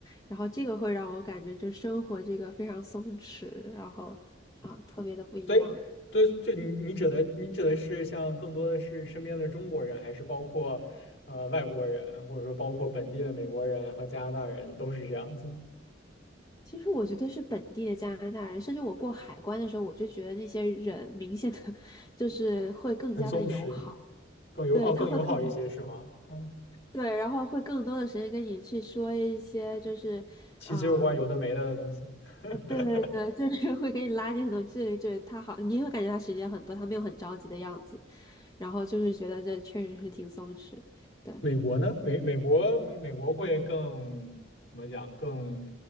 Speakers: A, on the left (about 20°); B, on the left (about 70°).
A: 然后这个会让我感觉就生活这个非常松弛，然后啊特别的不一样。
B: 所以，对，就你你指的，你指的是像更多的是身边的中国人，还是包括呃外国人，或者说包括本地的美国人和加拿大人，都是这样子，
A: 其实我觉得是本地的加拿大人，甚至我过海关的时候，我就觉得那些人明显的 <laughs> 就是会更加的友好，
B: 很松弛，更友哦更友好一些，
A: 对，他会更
B: 是吗？嗯，
A: 对，然后会更多的时间跟你去说一些就是。
B: 奇奇怪怪有的没的的东西。
A: 啊。
B: <laughs>
A: 呃，对对对，就是会给你拉近很多距离，就是他好，你会感觉他时间很多，他没有很着急的样子，然后就是觉得这确实是挺松弛，对。
B: 美国呢？美美国美美国会更怎么讲？更